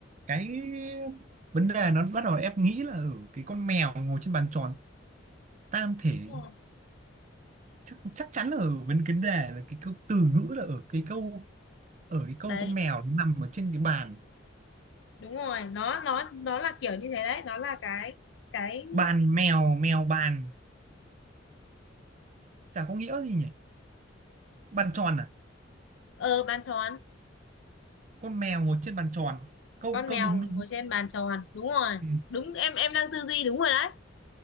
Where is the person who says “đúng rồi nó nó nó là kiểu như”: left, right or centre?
Left